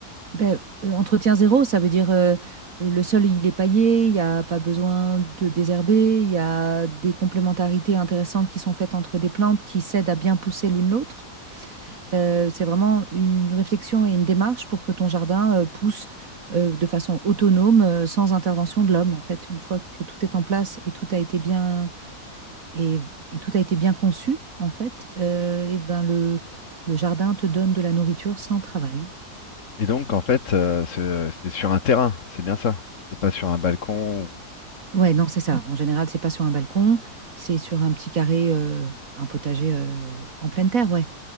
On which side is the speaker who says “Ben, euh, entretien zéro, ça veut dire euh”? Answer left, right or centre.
Right